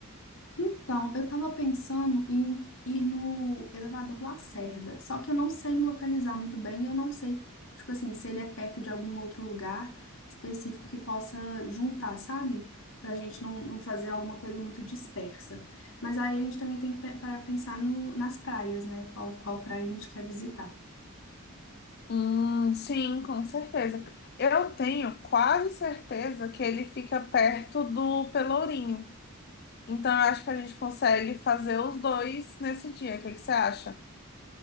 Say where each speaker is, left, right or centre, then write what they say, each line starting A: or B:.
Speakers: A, on the left; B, on the left.
A: Então, eu tava pensando em ir no elevador Lacerda, só que eu não sei me localizar muito bem e eu não sei, tipo assim, se ele é perto de algum outro lugar específico que possa juntar, sabe? Pra gente não, não fazer alguma coisa muito dispersa. Mas aí a gente também tem que pe- parar pra pensar no, nas praias, né? Qual, qual praia a gente quer visitar.
B: Hum, sim, com certeza. Eu tenho quase certeza que ele fica perto do Pelourinho. Então, eu acho que a gente consegue fazer os dois nesse dia. O que que você acha?